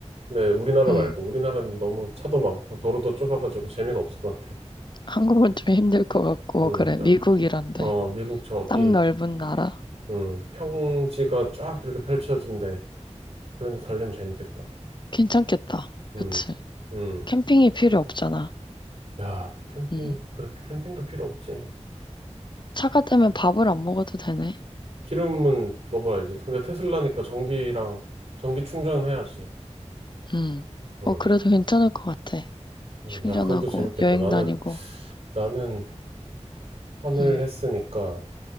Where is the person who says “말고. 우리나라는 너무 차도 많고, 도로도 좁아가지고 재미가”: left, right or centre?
Right